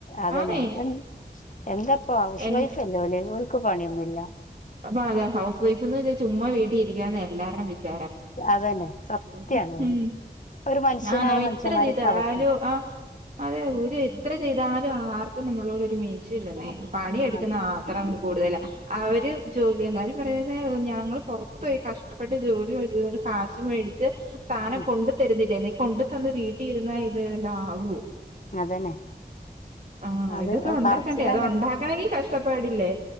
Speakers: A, on the left; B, on the right.
A: അതന്നെ
B: ആന്നേ
A: എൻ എന്താ ഇപ്പാെ ഹൗസ്
B: എൻ
A: വൈഫെല്ലേ ഓന് ഓൽക്ക്പണിഒന്നും ഇല്ല
B: അപ്പൊ അതെ ഹൗസ് വൈഫ്ന്ന് വിചാരിച്ച ചുമ്മാവീട്ടി ഇരിക്കിയാന്നാ എല്ലാരേം വിചാരം
A: അതന്നെ സത്യാണ്
B: <unintelligible> ഉം ഹും
A: പറയാ ഒരു മനുഷ്യനായ
B: ഞാന്നവെ
A: മനുഷ്യന്മാരൊക്കെ
B: ഇത്രഇര്തായ്
A: അവസ്ഥ
B: ആഹ് അതെ ഒര് എത്ര ചെയ്താലും ആർക്കും നമ്മളോട് ഒരു മീച്ചിഇല്ലന്നേ പണി എട്ക്ക്ന്ന
A: അതെ
B: ആഹ് ഇത്രം കൂട്തലാ അവര് ജോലി എല്ലാവരും പറയുന്നേ ഒഞങ്ങള് പൊറത്ത് പോയി കഷ് ട്ടപ്പെട്ട് ജോലി <unintelligible> ഒരു കാശ് മേടിച്ച് സാനം
A: ഉം
B: കൊണ്ട് തെര്ന്ന് ഇല്ലേന്ന് കൊണ്ട് തന്ന് വീട്ടി ഇരുന്നാഇത് വല്ലോം ആകും
A: അതന്നെ
B: ആഹ്
A: അത്
B: ഇതൊക്കെ ഉണ്ടാക്കണ്ടേ
A: പറച്ചില്
B: അത് ഉണ്ടാക്കണെങ്കി കഷ്ടപ്പാടില്ലേ